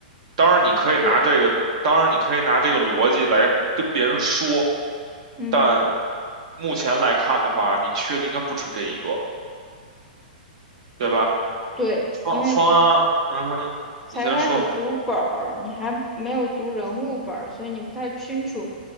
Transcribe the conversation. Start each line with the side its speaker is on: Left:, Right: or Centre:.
Right: 当然，你可以拿这个，
Centre: 是，
Right: 当然你可以拿这个逻辑来跟别人说，
Centre: 嗯
Right: 但目前来看的话，你缺的应该不止这一个，对吧？
Centre: 对，
Right: 方方案，
Centre: 因为
Right: 嗯哼，
Centre: 才开始读本儿，
Right: 你先说。
Centre: 你还没有读人物本儿，所以你不太清楚，